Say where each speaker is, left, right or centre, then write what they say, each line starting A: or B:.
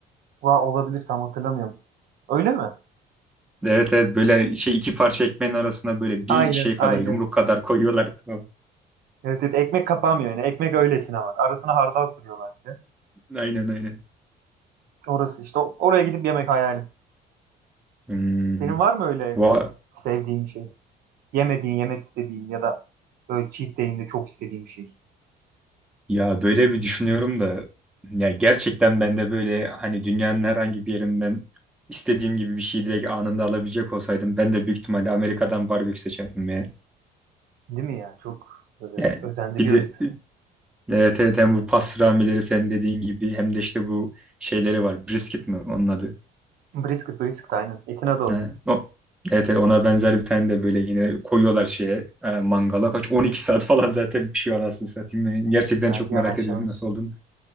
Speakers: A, on the right (about 65°); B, in the centre.
A: Va, olabilir tam hatırlamıyorum. Öyle mi?
B: Evet evet böyle şey iki parça ekmeğin arasına böyle bir
A: Aynen
B: şey kadar
A: aynen.
B: yumruk kadar koyuyorlar. Tamam.
A: Evet, evet ekmek kapamıyor yani. Ekmek öylesine var. Arasına hardal sürüyorlar bir de.
B: Aynen aynen.
A: Orası işte. Oraya gidip yemek hayalim.
B: Hmm.
A: Senin var mı öyle
B: Va-
A: çok sevdiğin bir şey? Yemediğin, yemek istediğin ya da böyle cheat day'inde çok istediğin bir şey.
B: Ya böyle bir düşünüyorum da ya gerçekten ben de böyle hani dünyanın herhangi bir yerinden istediğim gibi bir şeyi direkt anında alabilecek olsaydım ben de büyük ihtimalle Amerika'dan barbekü seçerdim ya.
A: Değil mi ya? Çok böyle
B: Yani
A: özendiriyor
B: bir de
A: insanı.
B: evet, evet hem bu pastramileri senin dediğin gibi hem de işte bu şeyleri var. Brisket mi onun adı?
A: Brisket, brisket aynen. Etin adı o.
B: Ne? O. Evet, evet ona benzer bir tane de böyle yine koyuyorlar şeye e, mangala. Kaç 12 saat falan zaten pişiyor anasını satayım. Ben
A: Evet
B: gerçekten
A: ya
B: çok
A: yavaş
B: merak ediyorum
A: yavaş.
B: nasıl olduğunu.